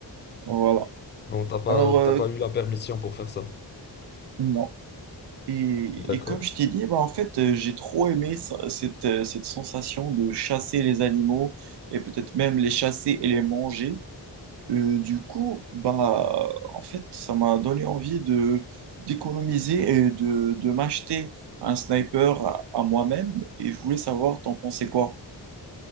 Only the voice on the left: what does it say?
donc t'as pas,
t'as
pas eu la permission pour faire ça.
D'accord.